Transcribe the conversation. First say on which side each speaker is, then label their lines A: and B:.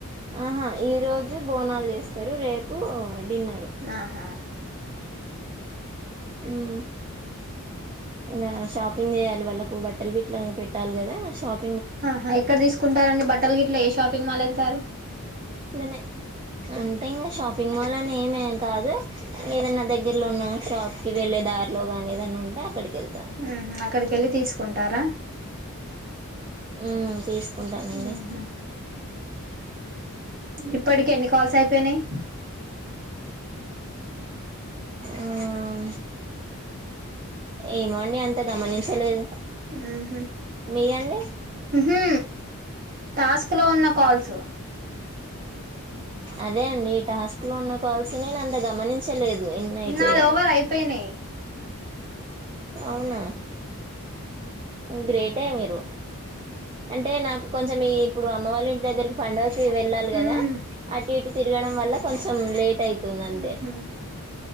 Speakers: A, on the right; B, on the right.
A: ఆహా ఈ రోజు బోనాలు చేస్తారు రేపు డిన్నర్
B: ఆహా
A: హ్మ్
B: ఆ ఒకే
A: ఇంకా షాపింగ్ చేయాలి వాళ్ళకు బట్టలు బిట్టలు పెట్టాలి కదా షాపి
B: ఆహా ఎక్కడ తీసుకుంటార అండి బట్టలు గిట్ల ఎస్ షాపింగ్ మాల్ వెళ్తారు
A: అట్లనే అంటే ఇంకా షాపింగ్ మాల్ అని ఏం కాదు. ఏదైనా దగ్గరలో ఉన్న షాప్ కి వెళ్ళే దారిలో గాని, ఏదన్నా ఉంటే అక్కడికి వెళ్తాను
B: ఉహు అక్కడికి వెళ్ళి తీసుకుంటారా.
A: హ్మ్ తీసు కుంటానండి
B: ఉహు ఇప్పటికి ఎన్ని కాల్స్ అయిపోయినాయ్
A: ఆ ఏమోండి అంత గమనించలేదు.
B: ఉహు
A: మీరండి
B: మ్ హు టాస్కులో ఉన్న కాల్స్
A: అదే అండి ఈ టాస్క్ లో ఉన్న కాల్సిని నేను అంత గమనించలేదు ఎన్ని అయిపోయాయో
B: నాది ఓవర్ అయిపోయినాయి
A: అవునా గ్రేట్ అంటే మీరు అంటే నాకు కొంచెం ఈ ఇప్పుడు అమ్మ వాళ్ళ ఇంటి దగ్గరి పండగ వెళ్ళాలి కదా
B: ఉమ్
A: అటు ఇట్ తిరగడం వల్ల కొంచెం లేట్ అయితుంది అంతే
B: ఉహు